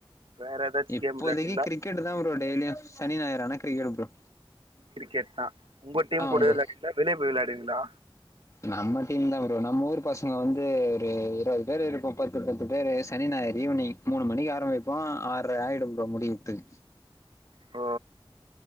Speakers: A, on the right; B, on the left.
A: வேற ஏதாச்சு
B: இப்போதைக்கிக்
A: கேம் விளையாடுவீங்களா
B: கிரிக் கெட்டுதாம் ப்ரோ டெய்லியு சனி ஞாயிறு ஆனா கிரிக்கெட்டு ப்ரோ
A: கிரிக்கெட்தா வுங்க டீம்
B: ஆ
A: கூடோ
B: ப்ரோ
A: வெளையாடிந்தா வெளியப் போய் வெளையாடிங்ளா
B: நம்ம டீம்தா ப்ரோ நம்ம ஊர் பசங்க வந்து ஒரு இருவது பேரு இருப்போம் பத்து பத்து பேரு சனி ஞாயிறு ஈவினிங் மூனு மணிக்கு ஆரம்பிப்போ ஆர்ற ஆய்டும் ப்ரோ முடியர்த்துகு
A: ஓ